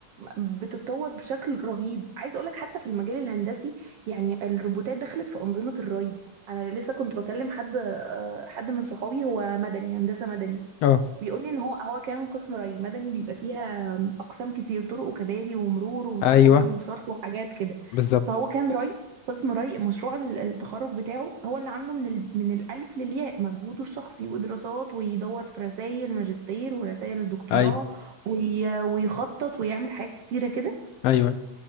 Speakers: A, on the right; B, on the left.
A: بتتطور بشكل رهيب عايزه اقول لك حتى في المجال الهندسي يعني الروبوتات دخلت في انظمه الري انا لسه كنت بكلم حد آه، حد من صحابي هو مدني هندسه مدني
B: اه
A: بيقول لي ان هو هو كان قسم ري مدني بيبقى فيها اقسام كتير طرق وكباري ومرور ومش
B: ايوه
A: عارفه ري وصرف وحاجات كده
B: بالظبط
A: فهو كان ري قسم ري مشروع ال- التخرج بتاعه هو اللي عامله من ال... من الالف للياء مجهوده الشخصي ودراسات ويدور في رسائل ماجستير ورسائل دكتوراه
B: ايوه
A: وي... ويخطط ويعمل حاجات كتيره كده
B: ايوه أيوه.